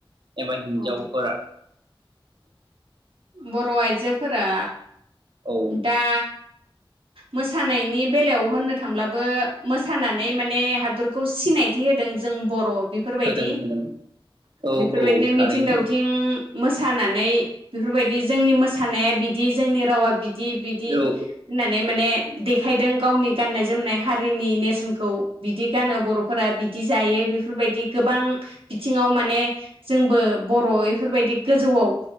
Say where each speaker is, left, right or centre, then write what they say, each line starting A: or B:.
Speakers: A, on the right; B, on the right.
A: एबा हिनजावफोरा
B: औ बर' आइजोफोरा
A: औ
B: दा मोसानायनि बेलायाव होननो थांब्लाबो मोसानानै माने हादरखौ सिनायथि होदों जों बर' बेफोरबायदि।
A: होदों होदों औ
B: बेफोरबायदिनो
A: औ थारैनो
B: मिथिं दावथिं मो सानानै बेफोरबायदि जोंनि मोसानाया बिदि जोंनि रावा बि दि बिदि
A: औ
B: होननानै माने देखायदों गावनि गाननाय जोमनाय हारिनि नेरसोनखौ बिदि गानो बर'फोरा बि दि जायो बेफोरबायदि गोबां बिथिङाव माने जोंबो बर' बेफोरबायदि गोजौआव